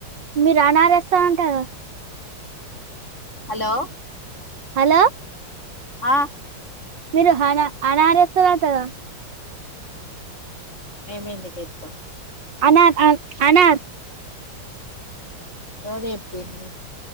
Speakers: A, on the right; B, on the left.
A: మీరు అనాలేస్తాంటారా
B: హలో
A: హలో
B: ఆ
A: మీరు హనా అనారేస్తారాంట గా
B: మేము ఎందుకు ఎత్తం
A: అనార్ అ అనార్
B: గదే చెప్పింది